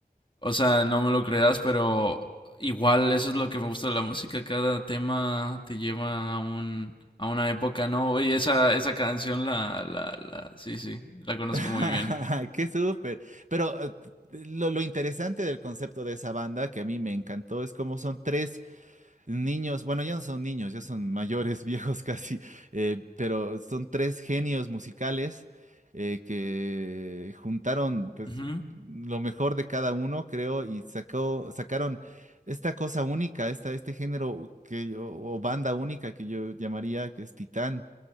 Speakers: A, on the left; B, on the right.
A: O sea, no me lo creas, pero igual eso es lo que me gusta de la música. Cada tema te lleva a un, a una época, ¿no? Oye, esa, esa canción la, la, la, sí, sí, la conozco
B: <laughs>
A: muy bien.
B: Qué súper. Pero eh, lo, lo interesante del concepto de esa banda que a mí me encantó es cómo son tres niños, bueno, ya no son niños, ya son mayores, <laughs> viejos casi, eh, pero son tres genios musicales eh, que juntaron pues
A: Ujú,
B: lo mejor de cada uno, creo, y sacó, sacaron esta cosa única, esta, este género que yo, o banda única que yo llamaría, que es Titán